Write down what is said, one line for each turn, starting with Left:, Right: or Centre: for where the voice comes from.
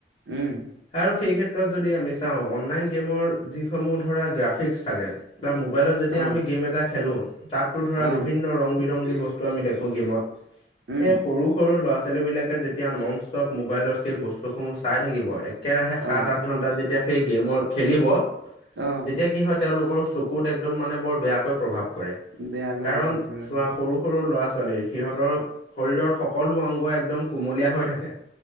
Right: উম
Left: আৰু সেই ক্ষেত্ৰত যদি আমি চাওঁ অনলাইন গেমৰ যিসমূহ ধৰা গ্ৰাফিক্স থাকে বা মোবাইলত যেতিয়া
Right: অ
Left: আমি গেম এটা খেলো, তাতো ধৰা
Right: অ
Left: বিভিন্ন ৰং বিৰংগী বস্তু আমি দেখো গেমত।
Right: উম
Left: সেই সৰু সৰু ল'ৰা ছোৱালী বিলাকে যেতিয়া নন ষ্টপ মোবাইলত সেই বস্তুসমূহ চাই থাকিব এক- কেৰাহে সাত,
Right: অ
Left: আঠ ঘন্টা যেতিয়া সেই গেমৰ খেলিব
Right: অ
Left: তেতিয়া কি হয় তেওঁলোকৰ কুত একদম মানে বৰ বেয়াকৈ প্ৰভাৱ পৰে
Right: বেয়াকৈ
Left: কাৰণ
Right: প্ৰভাৱ পৰে
Left: চোৱা
Right: হয়
Left: সৰু সৰু ল'ৰা-ছোৱালীৰ সিহঁতৰ শৰীৰৰ সকলো অংগ একদম কুমলীয়া হৈ থাকে,